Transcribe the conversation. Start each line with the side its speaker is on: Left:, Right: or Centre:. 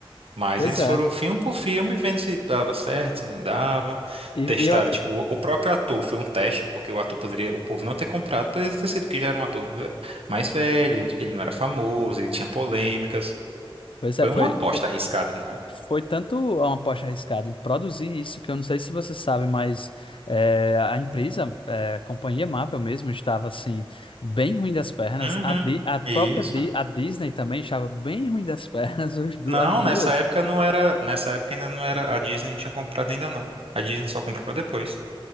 Right: Mas
Left: pois
Right: eles
Left: é.
Right: foram filme por filme, vendo se dava certo, se não dava.
Left: E,
Right: Testaram,
Left: e eu, ac-
Right: tipo, o próprio ator foi um teste, porque o ator poderia, o povo não ter comprado, poderia ter sido que já era um ator ve- mais velho, ele ele não era famoso, ele tinha polêmicas.
Left: pois
Right: Foi
Left: é, foi,
Right: uma aposta
Left: foi
Right: arriscada, né?
Left: foi tanto uma aposta arriscada em produzir isso que eu não sei se você sabe, mas é, a empresa, é, a companhia Marvel mesmo, estava assim, bem ruim das pernas.
Right: Uhum.
Left: A, Di- a própria
Right: Isso.
Left: Di- a Disney também estava bem ruim das <laughs> pernas, os du-
Right: Não,
Left: as duas.
Right: nessa época não era, nessa época ainda não era, a Disney não tinha comprado ainda não. A Disney só comprou depois.